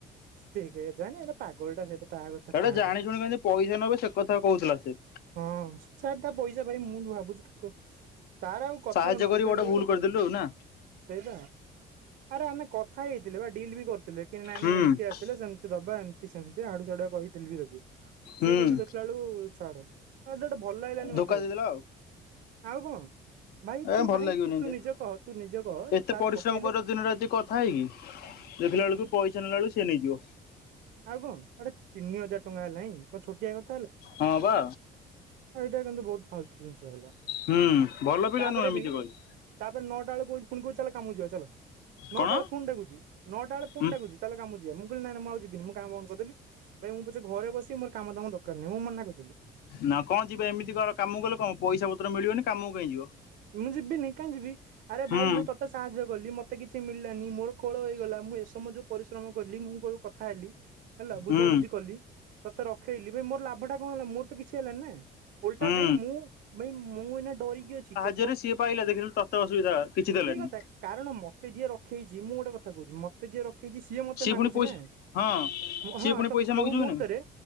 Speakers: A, on the right; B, on the left.
A: ଶ୍ ଠିକ୍ କେଜାଣି ଏଟା ପାଗଳଟା ସେଇଟା। ତା କଥା
B: ଏଇଟା
A: ଛାଡେ।
B: ଜାଣି ଶୁଣି କେମିତି ପଇସା ନେବେ ସେ କଥା କହୁଥିଲା ସେ।
A: ହଁ ଛାଡ ତା ପଇସା ଭାଇ ମୁଁ ବି ଭାବୁଛି ତାକୁ ତାର ଆଉ କଥା
B: ସାହାଯ୍ୟ
A: ନ
B: କରି
A: ଉଠେଇଲେ
B: ଗୋଟେ ଭୁଲ
A: ଗଲା
B: କରିଦେଲୁ
A: ସଇଲା
B: ଆଉ ନା
A: ସେଇପା। ଆରେ ଆମେ କଥା ହେଇଥିଲେ ବା ଡିଲ୍ ବି କରିଥିଲେ। କି ନାଇଁ
B: ହୁଁ
A: ନାଇଁ ଏମିତି ଆସିଲେ ସେମିତି ଦବା ଏମିତି ସେମିତି ଆଡୁ ସାଡୁଆ କହିଥିଲି ବି ତାକୁ
B: ହୁଁ।
A: ସିଏ କିନ୍ତୁ ଦେଖିଲାବେଳୁ ଛାଡ ଏଟା ଗୋଟେ ଭଲ ଲାଗିଲାନି
B: ଧୋକା
A: ମତେ
B: ଦେଇଦେଲା
A: ଗୋଟେ।
B: ଆଉ
A: ଆଉ କଣ ଭାଇ
B: ଏ
A: ତୁ
B: ଭଲ
A: ଭାଇ
B: ଲାଗିବନି
A: ତୁ
B: ଏମିତିଆ
A: ନିଜେ କହ ତୁ ନିଜେ କହ
B: ଏତେ
A: ସାର୍
B: ପରିଶ୍ରମ
A: ପଠେଇଲେ
B: କର ଦିନ ରାତି କ କଥା ହେଇକି ଦେଖିଲା ବେଳକୁ ପଇସା ନେଲା ବେଳକୁ ସେ ନେଇଯିବ।
A: ଆଉ କଣ ଗୋଟେ ତିନି ହଜାର ଟଙ୍କା ହେଲାଣି କଣ ଛୋଟିଆ କ୍
B: ହଁ ପା।
A: ଏଇଟା କିନ୍ତୁ ବହୁତ ଫାଲତୁ ଜିନିଷ ହେଲା।
B: ହୁଁ ଭଲ ପିଲା
A: ତାପରେ
B: ନୁହଁ ଏମିତି
A: ବି
B: କହିଲେ
A: ତାପରେ ନଅଟା ବେଳେ କହୁଛି ପୁଣି କହୁଛି ଚାଲ କାମକୁ ଯିବା ଚାଲ ନଅଟା
B: କଣ
A: ବେଳେ ଫୁଣି ଡାକୁଛି ନଅଟା ବେଳେ ଫୁଣି
B: ହୁଁ
A: ଡାକୁଚି ଚାଲ କାମକୁ ଯିବା ମୁଁ କହିଁଲି ନାଇଁ ନାଇଁ ମୁଁ ଆଉ ଯିବିନି ମୁଁ କାମ ବନ୍ଦ କରିଦେଲି। ଭାଇ ମୁଁ ପଛେ ଘରେ ବସିବି ମୋର କାମ ଦାମ ଦରକାର ନାହିଁ ମୁଁ ମନା କରିଦେଲି।
B: ନା କଣ ଯିବେ ଏମିତି କର କାମକୁ ଗଲେ କଣ ପଇସା ପତ୍ର ମିଳିବନି କାମକୁ କାଇଁ ଯିବ।
A: ମୁଁ ଯିବିନି କାଇଁ ଯିବି ଆରେ
B: ହୁଁ
A: ଭାଇ ମୁଁ ତ ତେ ସାହାଯ୍ୟ କଲି ମତେ କିଛି ମିଳିଲାନି ମୋର ଖୋଳ ହେଇଗଲା। ମୁଁ ଏ ସମୟ ଯୋଉ ପରିଶ୍ରମ କଲି ମୁଁ କୋଉ କଥା ହେଲି ହେଲା ବୁଝାବୁଝି
B: ହୁଁ
A: କଲି ତତେ ରଖେଇଲି। ଭାଇ ମୋର ଲାଭ ଟା କଣ ହେଲା ମୋର ତ କିଛି ହେଲାନି ନା। ଓଲଟା
B: ହୁଁ
A: ଭାଇ ମୁଁ ଭାଇ ମୁଁ ଏଇନା ଡ଼ରିକି ଅଛି କେ
B: ଯୋଉରା ସିଏ ପାଇଲା ଦେଖିଲେ ତତେ ଅସୁବିଧା କିଛି ଦେଲାନି।
A: ସେଇ କଥା କାରଣ ମତେ ଯିଏ ରଖେଇଛି। ମୁ ଗୋଟେ କହୁଛି ମତେ ଯିଏ ରଖେଇଛି ସେ ସିଏ ମତେ ମାଗୁଛି
B: ପୁଣି ପଇସା
A: ନା
B: ହଁ ସିଏ
A: ହଁ
B: ପୁଣି
A: ତ
B: ପଇସା
A: କୋଉ
B: ମାଗୁଛୁ
A: ମୁହୂର୍ତ୍ତରେ
B: କି ନାଇଁ